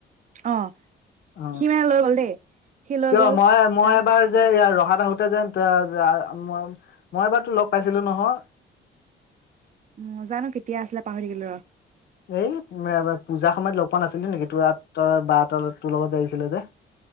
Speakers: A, on the right; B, on the left.
A: অঁ,
B: অ'।
A: সি মানে লৈ গ'ল দেই। সি লৈ
B: কিয়
A: গ'ল
B: মই মই
A: তাৰ
B: এবাৰ যে ইয়াৰ ৰহাত আহোতে যে মই এবাৰ তোক লগ পাইছিলোঁ নহয়।
A: উ জানো কেতিয়া আছিলে, পাহৰি থাকিলো ৰহ।
B: এই বা পূজাৰ সময়ত লগ পোৱা নাছিলো নেকি, তোৰ বা তোৰ লগত যে আহিছিলে যে।